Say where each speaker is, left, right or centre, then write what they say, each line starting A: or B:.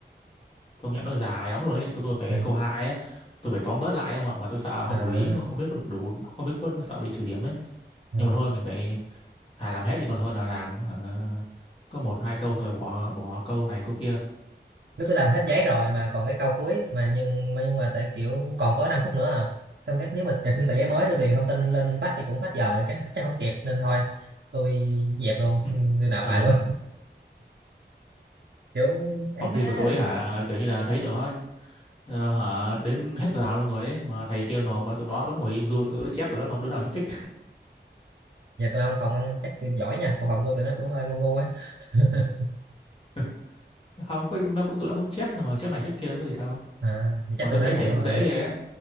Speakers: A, on the left; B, on the right.
A: công nhận nó dài lắm luôn ấy tôi tôi phải
B: ừ.
A: câu hai á tôi phải tóm bớt lại không ạ mà tôi sợ không
B: à
A: đủ ý không biết có được đủ không biết có sợ bị trừ điểm ấy
B: ừ.
A: nhưng mà thôi mình phải thà làm hết đi còn hơn là làm hả, có một hai câu xong rồi bỏ bỏ câu này câu kia
B: nếu tôi làm hết giấy rồi mà còn cái câu cuối mà nhưng mà, nhưng mà tại kiểu còn có 5 phút nữa à. xong cái nếu mà xin tờ giấy mới tôi điền thông tin lên vách thì cũng hết giờ rồi, cái chắc không kịp nên thôi tôi dẹp luôn
A: <laughs>
B: tôi nộp
A: ờ
B: bài luôn <laughs> kiểu ấy
A: phòng
B: quá
A: thi của tôi ấy, hả kiểu như là thấy tụi nó ờ, hả đến hết giờ luôn rồi ấy mà thầy kêu nộp mà tụi nó vẫn ngồi im du tụi nó chép tụi nó không đứa nào nhúc nhích
B: giờ tôi không phòng ông chắc giỏi nha còn phòng tôi tụi nó cũng hơi ngu ngu á <laughs>
A: <laughs> không có nó cũng tụi nó cũng chép thôi mà chép này chép kia có gì đâu
B: à mà chắc
A: mà tôi
B: tụi
A: thấy
B: nó
A: thầy
B: kiểu
A: cũng
B: là
A: dễ ghê á